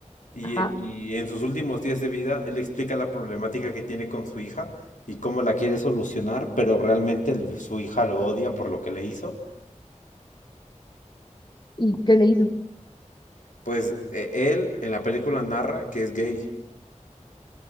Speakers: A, on the left; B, on the left.
A: Y,
B: Ajá.
A: eh, y en sus últimos días de vida, él explica la problemática que tiene con su hija y cómo la quiere solucionar, pero realmente el- su hija lo odia por lo que le hizo.
B: ¿Y qué le hizo?
A: Pues eh, él en la película narra que es gay,